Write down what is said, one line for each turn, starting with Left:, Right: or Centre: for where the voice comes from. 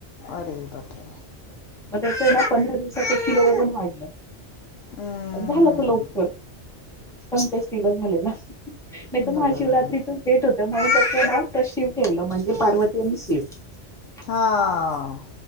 Left: अरे बापरे
Centre: मग कसं आहे ना पंधरा दिवसातून -- एक किलो वाजून वाढलं.
Left: हं
Centre: झालं त लव -- पंकज तिला झालेला नाही
Left: बरं
Centre: तर महाशिवरात्रीचच
Left: बरं बरं
Centre: डेट होत म्हणून त्याच नाव शिव ठेवलं म्हणजे पार्वती आणि शिव
Left: हां
Centre: हा